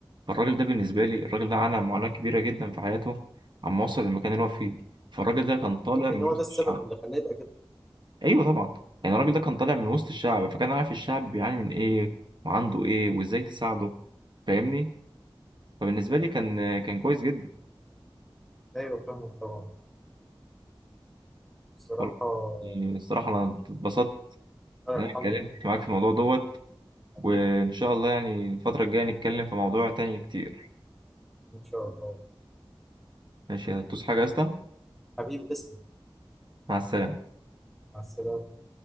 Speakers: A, on the right; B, in the centre.
A: فالراجل ده بالنسبة لي الراجل ده عانى معاناة كبيرة جدا في حياته عما وصل للمكان اللي هو فيه فالراجل ده كان طالع
B: يمكن
A: من
B: هو
A: وسط
B: ده السبب
A: الشعب
B: اللي خلاه يبقى كده
A: ايوه طبعا يعني الراجل ده كان طالع من وسط الشعب فكان عارف الشعب بيعاني من ايه وعنده ايه وازاي تساعده فاهمني فبالنسبه لي كان كان كويس جدا
B: ايوه فاهمك طبعا بصراحه
A: والله
B: الله
A: يعني الصراحه انا اتبسطت
B: يرحمه
A: ان انا اتكلمت معاك في الموضوع دوت
B: حبيبي
A: وان شاء الله يعني الفتره الجايه نتكلم في موضوع تاني كتير
B: ان شاء الله
A: ماشي هتدوس حاجه يا اسطى
B: حبيبي تسلم
A: مع السلامه
B: مع السلامه